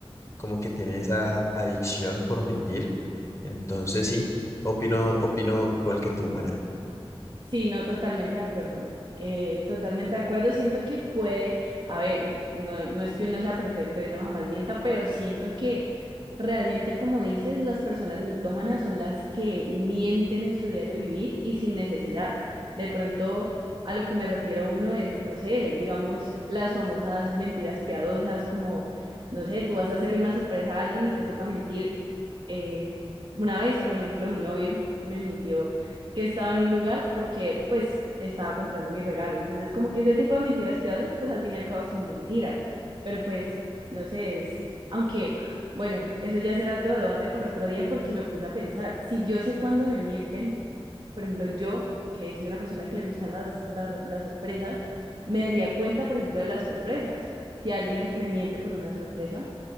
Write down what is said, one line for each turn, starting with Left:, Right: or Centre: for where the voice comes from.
Left: como que tiene esa adicción por mentir. Entonces sí, opino, opino igual que tú, María.
Right: Sí, no, totalmente de acuerdo. Eh, totalmente de acuerdo. Siento que puede, a ver, no, no es que uno sea perfecto y no jamás mienta, pero siento que Realmente, como dices, las personas mitómanas son las que mienten en su diario vivir y sin necesidad. De pronto, a lo que me refiero uno es, no sé, digamos, las famosas mentiras piadosas, como, no sé, tú vas a hacerle una sorpresa a alguien y te toca mentir. Eh, una vez, por ejemplo, mi novio me mintió que estaba en un lugar porque, pues, estaba comprando mi regalo. Entonces, como que ese tipo de mentiras piadosas, pues, al fin y al cabo son mentiras. Pero, pues, no sé, es, aunque... Bueno, eso ya será otro debate para otro día porque me puse a pensar, si yo sé cuándo me mienten, por ejemplo, yo, que soy una persona que le gustan las, las, las sorpresas, me daría cuenta, por ejemplo, de las sorpresas. Si alguien me miente por una sorpresa,